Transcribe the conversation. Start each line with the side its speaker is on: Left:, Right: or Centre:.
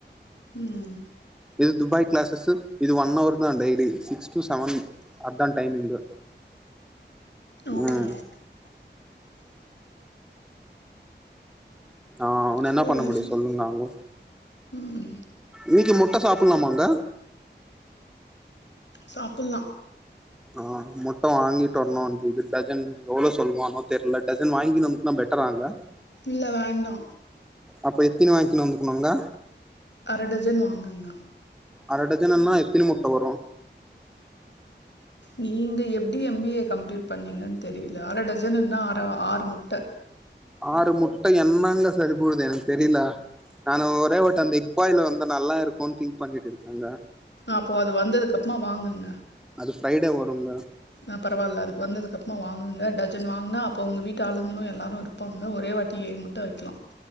Left: ம்
Centre: இது துபாய் கிளாஸஸ் இது ஒன் ஹவர் தா டெய்லி சிக்ஸ் டு செவன் அது தா டைம் இங்க
Left: ஓகே
Centre: ம் ஆ, அவனு
Left: சரி
Centre: என்ன பண்ண முடியு
Left: சரி
Centre: சொல்லுங்க அங்க
Left: ம்
Centre: நீங்க முடிச் ச்சா சாப்புட்லாமாங்க
Left: சாப்புட்லா
Centre: ஆ, முட்டை வாங்கிட்டு வரணு இது டஜன் எவ்வளோ சொல்லுவானோ தெரில டஜன் வாங்கினு வந்துகினா பெட்டராங்க
Left: இல்ல வேண்டா
Centre: அப்ப எத்தினி வாங்கிக்னு வந்துக்கணுங்க
Left: அர டஜன் வாங்குங்க
Centre: அர டஜனுன்னா எத்தின முட்ட வரு
Left: நீங்க எப்டி எம் பி ஏ கம்ப்ளீட் பண்ணீங்கன் தெரில அர டஜனுன்னா அரை ஆறு முட்ட
Centre: ஆறு முட்டைஎன்னங்க சரி போடுது எனக்கு தெரில நானு ஒரே வட்ட அந்த எக்பாய்ல வந்து நல்லா இருக்குன் திங்க் பண்ணிட்டு இருக்கங்க
Left: அப்போ அது வந்ததுக்கப்மா வாங்குங்க
Centre: அது ஃப்ரைடே வருங்க
Left: ஆ பரவால்ல அதுக்கு வந்தது அப்றோ வாங்குங்க டஜன் வாங்னா அப்ப உங்க வீட்டு ஆளுங்களு எல்லாரு இருப்பாங்க ஒரே வாட்டியே முட்ட வைக்கலா